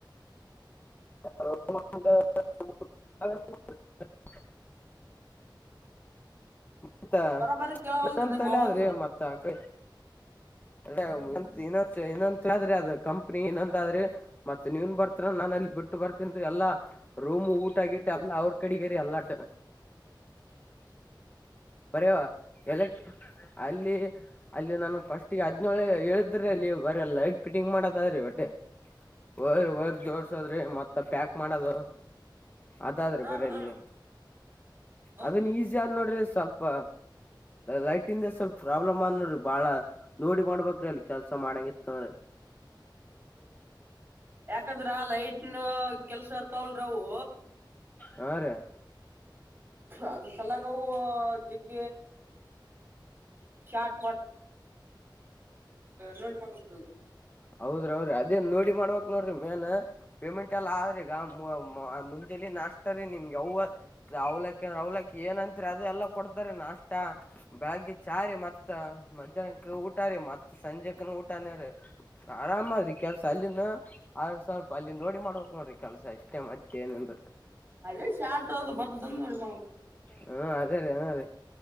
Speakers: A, on the left; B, on the right.
A: <unintelligible> ಹಾ ಆಯ್ತಾ
B: ಬರಾಬರಿ ಕೇಳವಲ್ರಿ
A: ನ
B: ನಿಮ್
A: ತಲೆ
B: ಅವಾಜು
A: ಆದ್ರಿ ಮತ್ತ ಅ ಏನೊಂದು ಇನ್ನೊ್ರೆ ಅದು ಕಂ <unintelligible> ಇನ್ನಂದಾದ್ರಿ ಮತ್ತತ್ ನೀವನ್ ಬರ್ತಿರ ಅಂದ್ರನಾನ್ ಅಲ್ಲಿ ಬಿಟ್ಟ ಬರ್ತೀನ್ ಎಲ್ಲ. ರೂಮ್ ಊಟ ಆಗಿ ಅವ್ರು ಕಡಿಗೆರಿ ಎಲ್ಲಟ್ಟ.
B: <unintelligible> ಹಾ
A: ಬರೆಯವಾ ಎಲೆಕ್ಟ್ರಾನಿಕ್ <inaudible> ಅಲ್ಲಿ ಅಲ್ಲಿ ನನ್ ಫಸ್ಟ್ ಗೆ ಹದ್ನೇಳೆ ಹೇಳ್ತಿದ್ರಿ ಅಲ್ಲಿ ಬರೆ ಲೈಟ್ ಫಿಟ್ಟಿಂಗ್ ಮಾಡದಾದ್ರೀ ಆಟೆ. -ವಯರ್- ವಯರ್ ಜೋಡ್ಸದ್ರಿ ಮತ್ತ ಪ್ಯಾಕ್ ಮಾಡದು. ಅದಾದ್ರಿ
B: ಹ
A: ಬರೆ ಅಲ್ಲಿ
B: ಹ ಹೌದ
A: ಅದನ್ ಈಸಿ ಆದ ನೋಡ್ರಿ ಸ್ವಲ್ಪ್ ಲೈಟಿಂಗದಾಗ ಸ್ವಲ್ಪ ಪ್ರಾಬ್ಲಮ್ಆದನೋಡ್ರಿ, ಬಾಳ ನೋಡಿ ಮಾಡ್ಬೇಕ್ರಿ ಅಲ್ಲಿ ಕೆಲ್ಸ ಮಾಡಾಂಗಿತ್ತೀದ್ರ.
B: ಯಾಕಂದ್ರ ಲೈಟ್ನ ಕೆಲ್ಸ ಇರ್ತವಲ್ರಿ ಅವು
A: ಹಾ, ರಿ
B: ಅದ್ರ ಸಲಗವು ಅದಿಕ ಶಾರ್ಟ ನೋಡಿ ಮಾಡ್ಬಿಡ್ತೀವಿ
A: ಹೌದ್ರಿ -ಹೌದ್ರಿ ಅದೇನ್ ನೋಡಿ ಮಾಡ್ಬೇಕ. ನೋಡ್ರಿ ಮೇನ್ ಪೇಮೆಂಟ್ ಎಲ್ಲ ಆದ್ರಿ ಈಗ ಮುಂಜೆಲಿ ನಾಷ್ಟ ರೀ ನಿಮ್ಗೆ ಯವ್ ಅವ್ಲ್ ಕ್ಕಿ ಅಂದ್ರ ಅವ್ಲಕ್ಕಿ ಏನತ್ರಿ ಅದೆ ಎಲ್ಲ ಕೊಡ್ತಾರ. ಅಷ್ಟ ಬೆಳಗೆಚಾ ರಿ ಮತ್, ಮಧ್ಯಾಹ್ನಕ್ಕ ಊಟ ರೀ ಮತ್ತ್ ಸಂಜೆಕಿನ ಊಟಾನೇ ರಿ ಆರಾಮ ಆದ್ರಿ ಕೆಲ್ಸಾ. ಅಲ್ಲಿನ ಆದ್ರ ಸ್ವಲ್ಪ ಅಲ್ಲಿ ನೋಡಿ ಮಾಡ್ಬೇಕ್ ನೋಡ್ರಿ ಕೆಲ್ಸ ಅಷ್ಟೇ ಮತ್ತೇ ಏನಲ್ರಿ‌
B: ಅದೇ ಶ್ಟ ಅ ಬರ್ದ ಮಾಡ <unintelligible>
A: ಹ್ಮ ಅದೇ ರೀ ಹ್ಮ್ ರೀ